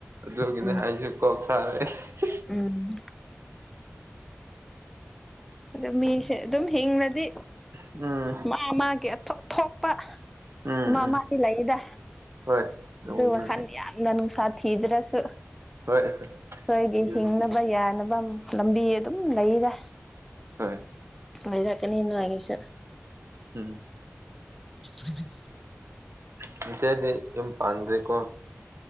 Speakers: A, on the right (about 60°); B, in the centre.
A: ꯑꯗꯨꯒꯤꯅꯦ
B: ꯎꯝ
A: <unintelligible>
B: ꯎꯝ ꯑ ꯃꯤꯁꯦ ꯑꯗꯨꯝ ꯍꯤꯡꯅꯗꯤ
A: ꯎꯝ
B: ꯃꯥ ꯃꯥꯒꯤ ꯊꯣꯛꯄ
A: ꯎꯝ ꯎꯝ
B: ꯃꯥ ꯃꯥꯗꯤ ꯂꯩꯗ
A: ꯍꯣꯏ ꯑꯗꯨꯕꯨꯗꯤ
B: ꯑꯗꯨ ꯋꯥꯈꯜ
A: ꯂꯩ
B: ꯌꯥꯝꯒ ꯅꯨꯡꯁꯥ ꯊꯤꯗ꯭ꯔꯁꯨ
A: ꯍꯣꯏ
B: ꯁꯣꯏꯒꯤ
A: ꯑꯗꯨꯅꯤ
B: ꯍꯤꯡꯅꯕ ꯌꯥꯅꯕ ꯂꯝꯕꯤ ꯑꯗꯨꯝ ꯂꯩꯔꯦꯗ
A: <unintelligible>
B: ꯂꯩꯔꯛꯀꯥꯅꯤ ꯅꯣꯏꯒꯤꯁꯨ
A: ꯎꯝ
B: <inaudible>
A: ꯆꯦꯆꯦꯗꯤ ꯌꯨꯝ ꯄꯥꯟꯒ꯭ꯔꯦꯀꯣ